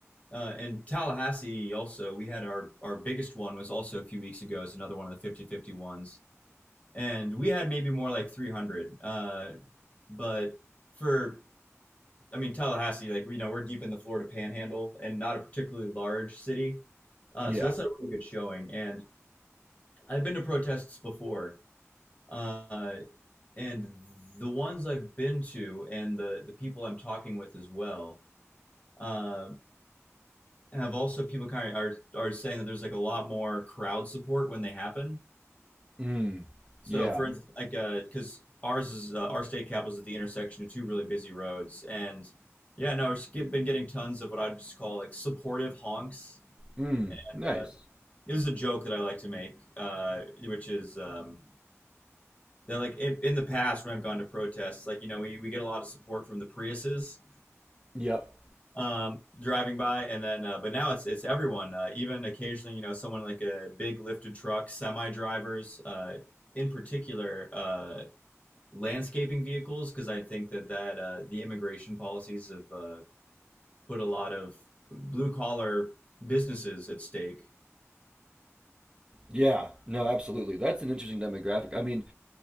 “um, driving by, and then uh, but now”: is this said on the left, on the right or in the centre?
Left